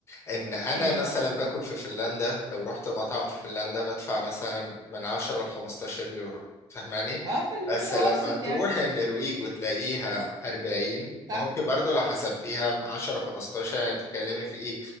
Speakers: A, on the left; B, on the right.
A: ان انا
B: ايه
A: مثلا باكل في فنلندا لو رحت مطعم في فنلندا بدفع مثلا من 10 ل 15 يورو فاهماني
B: اه في المتوسط
A: بس لما تروح
B: يعني
A: النرويج وتلاقيها 40
B: صح
A: ما هو انت برضو لو حسبتيها 10 15 يعني بتتكلمي في ايه